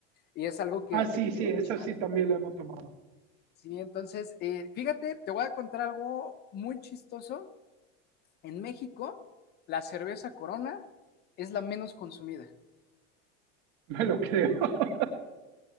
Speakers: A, on the left; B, on the right.
A: y es algo que,
B: Ah, sí,
A: que le
B: sí,
A: llegan
B: esa
A: a echar.
B: sí también la hemos tomado,
A: Sí, entonces, eh, fíjate, te voy a contar algo muy chistoso. En México, la cerveza Corona es la menos consumida.
B: <laughs> me lo creo. <laughs>